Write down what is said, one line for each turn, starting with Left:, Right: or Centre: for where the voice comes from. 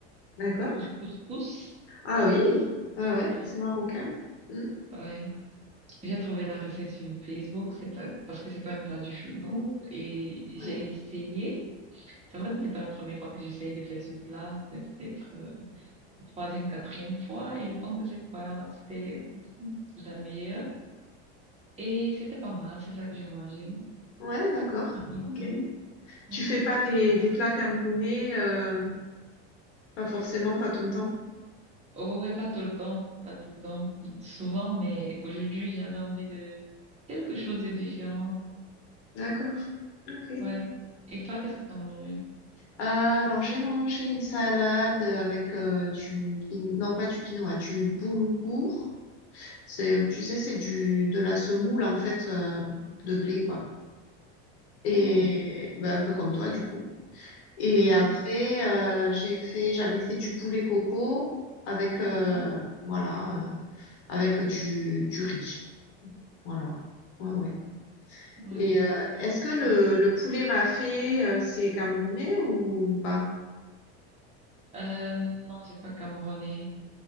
Left: D'accord?
Right: du couscous.
Left: Ah oui, ah ouais,
Right: Ouais.
Left: c'est marocain. Hmm,
Right: Ouais. J'ai trouvé la recette sur Facebook, c'est pas, parce que c'est pas un plat du chez nous, et
Left: ouais.
Right: j'ai essayé. C'est vrai
Left: Mmh.
Right: que c'est pas la première fois que j'essaye de faire ce plat, c'est peut-être, euh, la troisième, quatrième fois, et je pense que cette fois, c'était la meilleure. Et c'était pas mal, c'est ça que j'ai mangé.
Left: Ouais, d'accord.
Right: Du
Left: Ok.
Right: tout. Mhm.
Left: Tu fais pas des, des plats camerounais, euh, pas forcément, pas tout le temps.
Right: Oh, ouais, pas tout le temps, pas tout le temps, souvent, mais aujourd'hui, j'avais envie de quelque chose de différent.
Left: D'accord. Ok. Euh,
Right: Ouais. Et toi, qu'est-ce que t'as mangé?
Left: alors j'ai mangé une salade avec euh, du quin- non pas du quinoa, du boulgour. C'est tu sais c'est du de la semoule en fait euh, de blé quoi. Et
Right: Oh,
Left: ben, un peu comme toi du coup. Et
Right: ouais,
Left: après euh, j'ai fait j'avais fait du poulet coco avec euh,
Right: ouais,
Left: voilà euh, avec du du riz. Voilà. Ouais ouais.
Right: ouais.
Left: Et euh, est-ce que le,
Right: Bon.
Left: le poulet mafé, euh, c'est camerounais ou pas?
Right: Euh, non, c'est pas camerounais,